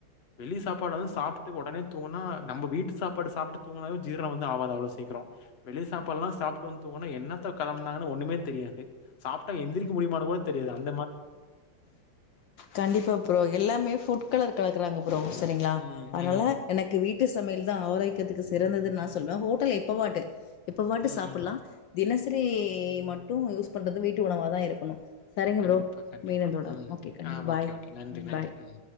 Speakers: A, on the left; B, on the left.
A: வெளி சாப்பாட வந்து சாப்ட்டு உடனே தூங்குனா நம்ம வீட்டு சாப்பாடு சாப்ட்டு தூங்குனாவே ஜீரன வந்து ஆவாது அவ்ளோ சீக்கரோ வெளி சாப்பாடுல்லா சாப்டு வந்து தூங்குனா என்னத்த கலந்தாங்கன்னு ஒண்ணுமே தெரியாது சாப்ட்டா எந்திரிக்க முடியமான்னு போ தெரியாது அந்
B: கண்டிப்பா ப்ரோ எல்லாமே ஃபுட் கலர் கலக்குறாங்க ப்ரோ சரிங்களா
A: ம்,
B: அதனால
A: ம்,
B: எனக்கு வீட்டு சமையல் தா ஆரோக்கியத்துக்கு சிறந்தது நா சொல்லுவே ஹோட்டல்ல எப்பவாட்டு எப்பவாட்டு
A: ம்.
B: சாப்லா தினசரி மட்டு யூஸ் பண்றது வீட்டு உணவாதா இருக்கணு சரிங்க
A: கண்டிப்பா,
B: ப்ரோ
A: கண்டிப்பா.
B: மீத தொடர
A: ம்.
B: ஓகே கண்டிப்பா
A: ஆ
B: பாய்
A: ஓகே, ஓகே. நன்றி, நன்றி.
B: பாய்
A: ம்.